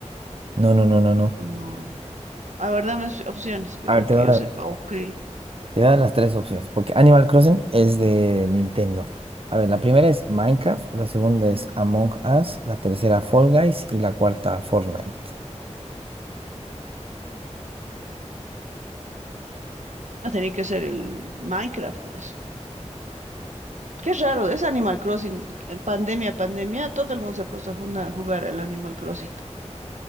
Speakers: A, on the right (about 50°); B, on the right (about 80°).
A: No, no, no, no, no.
B: ¿O no? A ver, dame op- opciones, pero
A: A ver, te
B: que
A: voy a dar,
B: yo sepa. Ok.
A: te voy a dar las tres opciones, porque Animal Crossing es de Nintendo. A ver, la primera es Minecraft, la segunda es Among Us, la tercera Fall Guys y la cuarta Fortnite.
B: Va a tener que ser el Minecraft, pues. Qué raro, es Animal Crossing. En pandemia, pandemia, todo el mundo se ha puesto a juna- jugar el Animal Crossing.